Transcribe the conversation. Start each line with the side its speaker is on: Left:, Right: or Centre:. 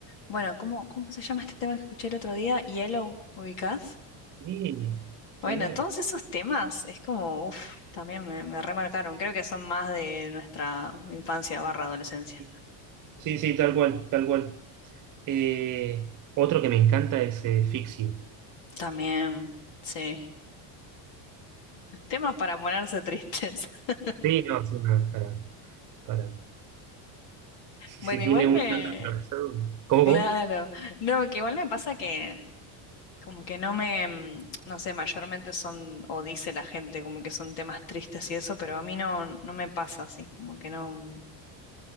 Left: bueno, ¿cómo, cómo se llama este tema que escuché el otro día? Yellow, ¿ubicás?
Right: Sí,
Left: Bueno,
Right: sí,
Left: todos esos temas es como, uff, también me, me remarcaron. Creo que son más de nuestra infancia barra adolescencia.
Right: sí, Sí, sí, tal cual, tal cual. Eh, otro que me encanta es eh, Fixie.
Left: También, sí. Temas para ponerse tristes. <laughs>
Right: Sí, no, sí, no, para, para. Si,
Left: Bueno,
Right: si
Left: igual
Right: tiene un
Left: me...
Right: llanto atravesado. ¿Cómo,
Left: Claro. No, que igual me pasa que como que no me... mm, No sé, mayormente son, o dice la gente, como que son temas tristes y eso, pero a mí no, no me pasa así, como que no... mm,